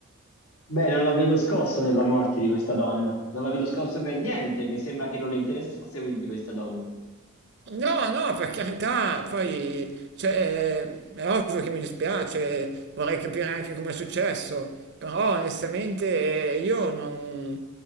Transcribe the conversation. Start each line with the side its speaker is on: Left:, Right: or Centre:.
Left: Beh, non la vedo scosso nella morte di questa donna. Non la vedo scosso per niente. Mi sembra che non le interessasse quindi di questa donna.
Right: No, no, per carità, poi cioè, è ovvio che mi dispiace, vorrei capire anche come è successo, però onestamente eh, io non,